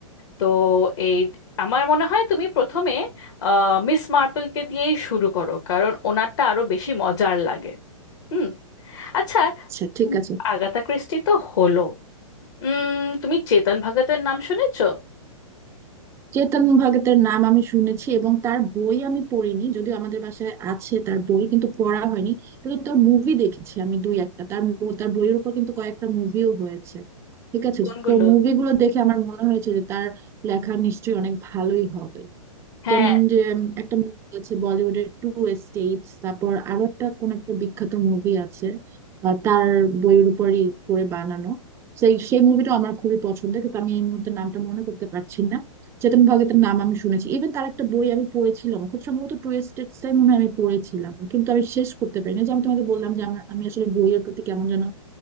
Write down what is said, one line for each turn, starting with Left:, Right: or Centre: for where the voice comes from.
Left: তো এই আমার মনে হয় তুমি প্রথমে আহ, মিস মার্পলকে দিয়েই শুরু করো কারণ ওনারটা আরো বেশি মজার লাগে হুম আচ্ছা
Right: আচ্ছা ঠিক
Left: উম,
Right: আছে
Left: আগাথা ক্রিস্টি তো হলো উম তুমি চেতন ভগতের নাম শুনেছো
Right: চেতন ভগতের নাম আমি শুনেছি এবং তার বই আমি পড়িনি যদিও আমাদের বাসায় আছে তার বই কিন্তু পড়া হয়নি কিন্তু তার মুভি দেখেছি আমি দুই একটা তার মু- তার বইয়ের উপর কিন্তু কয়েকটা মুভিও হয়েছে ঠিক আছে
Left: কোনগুলো
Right: তো মুভিগুলো দেখে আমার মনে হয়েছে যে তার লেখা নিশ্চয়ই অনেক ভালোই হবে
Left: হ্যাঁ
Right: যেমন যে একটা মুভি আছে বলিউডের টু এস্টেটস তারপর আরো একটা কোন একটা বিখ্যাত মুভি আছে আহ, তার বইয়ের উপরই করে বানানো সেই সেই মুভিটা আমার খুবই পছন্দের কিন্তু আমি এই মুহূর্তে নামটা মনে করতে পারছি না চেতন ভগতের নাম আমি শুনেছি ইভেন তার একটা বই আমি পড়েছিলাম খুব সম্ভবত টু এস্টেটস টাই মনে হয় আমি পড়েছিলাম কিন্তু আমি শেষ করতে পারিনি যে আমি তোমাকে বললাম যে আমার আমি আসলে বইয়ের প্রতি কেমন যেন